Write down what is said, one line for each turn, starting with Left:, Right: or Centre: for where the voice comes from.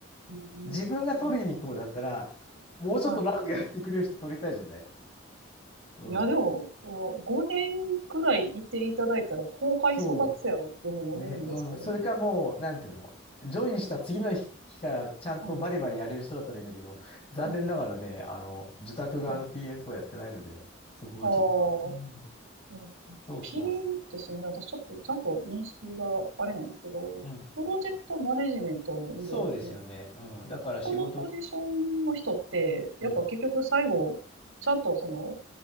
Right: うー
Left: 自分が取りに行こうだったら、
Right: ん。
Left: もうちょっと長くやってくれる人取りたいじゃない
Right: はい。
Left: うん。
Right: いや、でも、お5年くらいいていただいたら後輩育つやろっていうふうに思うんですけどね。
Left: そう。ね、うん。それかもう、なんていうの、ジョインした次の日日からちゃんとバリバリやれる人だったらいいんだけど、
Right: うん。
Left: 残念ながらね、
Right: うん。
Left: あの、受託側の
Right: はい。
Left: PM とかやってないので、そこはちょっと。
Right: ああ、
Left: うん。
Right: うん
Left: そうそうそ
Right: PM ってすみません。私ちょっとちゃんと認識があれなんですけど、
Left: う。うん。
Right: プロジェクトマネジメントの意味で合ってます。
Left: そうですよね。うん。だから仕事、
Right: ここのポジションの人って、
Left: うん。
Right: やっぱ結局最後、ちゃんとその、